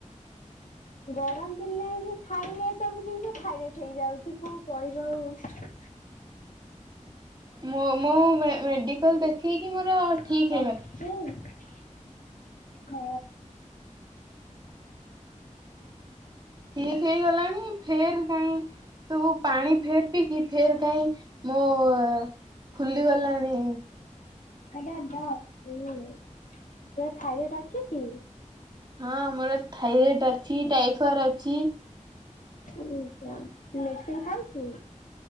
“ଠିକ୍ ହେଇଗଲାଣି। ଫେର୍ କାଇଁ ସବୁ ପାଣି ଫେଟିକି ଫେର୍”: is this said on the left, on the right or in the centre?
Right